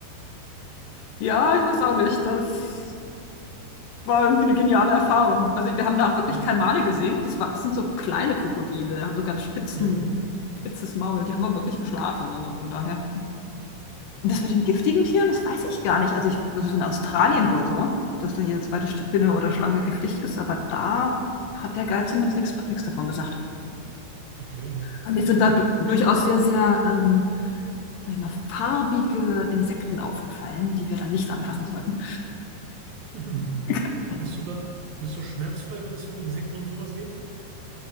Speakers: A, on the left (about 75°); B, on the right (about 65°).
A: Ja, ich weiß auch nicht, das war irgendwie eine geniale Erfahrung. Also wir haben da auch wirklich
B: Ja,
A: Kalmane gesehen. Das war, das sind so kleine Krokodile, haben so ganz spitzen,
B: ja,
A: spitzes Maul. Die haben wir wirklich geschlafen. Also von daher. Und das mit den giftigen Tieren, das weiß ich gar nicht. Also ich, das ist in Australien wohl so, dass da jede zweite Spinne oder Schlange giftig ist, aber da hat der Guide zumindest nichts, nichts davon gesagt.
B: okay.
A: Aber mir sind da du durchaus sehr, sehr, ähm, sag ich mal, farbige Insekten aufgefallen, die wir dann nicht anfassen sollten.
B: <laughs>
A: <laughs> Genau.
B: Bist du da, bist du schmerzfrei, wenn es um Insekten und sowas geht?